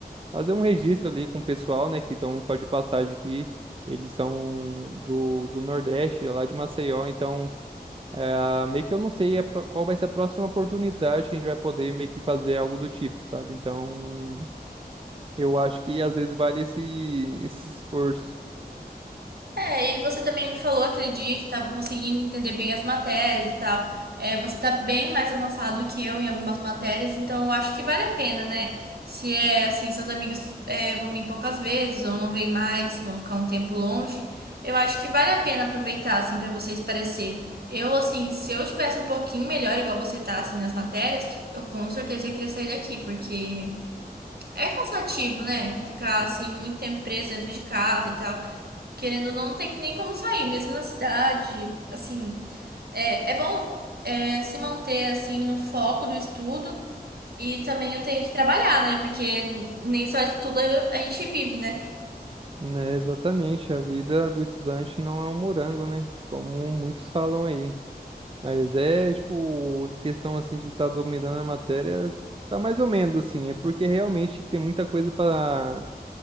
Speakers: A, on the right; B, on the right.
A: fazer um registro ali com o pessoal, né? Que estão só de passagem aqui. Eles são do, do Nordeste, lá de Maceió, então. É, meio que eu não sei a pro- qual vai ser a próxima oportunidade que a gente vai poder meio que fazer algo do tipo, sabe? Então, eu acho que às vezes vale esse, esse esforço.
B: É, e você também me falou aquele dia que estava conseguindo entender bem as matérias e tal. É, você tá bem mais avançado que eu em algumas matérias, então eu acho que vale a pena, né? Se é assim, seus amigos é, vão vir poucas vezes ou não vêm mais, vão ficar um tempo longe, eu acho que vale a pena aproveitar, assim, para você esparecer. Eu, assim, se eu tivesse um pouquinho melhor, igual você tá, assim, nas matérias, eu com certeza ia querer sair daqui, porque. É cansativo, né? Ficar assim muito tempo preso dentro de casa e tal. Querendo ou não, não tem nem como sair, mesmo na cidade. Assim, é, é bom é, se manter assim no foco do estudo. E também eu tenho que trabalhar, né? Porque nem só estudo a gente vive, né?
A: Né, exatamente. A vida do estudante não é um morango, né? Como muitos falam aí. Mas é, tipo, questão assim de estar dominando a matéria, tá mais ou menos assim. É porque realmente tem muita coisa para